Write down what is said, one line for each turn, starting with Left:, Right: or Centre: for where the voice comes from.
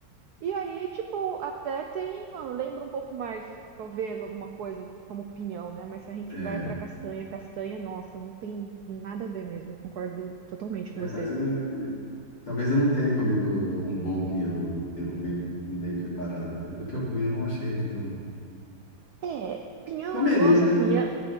Right: E aí, tipo, até tem, lembra um pouco mais, talvez, alguma coisa como pinhão, né? Mas se a gente
Left: é,
Right: vai pra castanha, castanha, nossa, não tem nada a ver mesmo. Eu concordo totalmente
Left: é,
Right: com você.
Left: mas é, talvez eu não tenha comido um bom pinhão, né? Tem Um bem, um bem preparado. É, O que eu comi eu não achei muito um.
Right: É, pinhão
Left: Comeria,
Right: é um negócio
Left: mas
Right: assim.
Left: eu...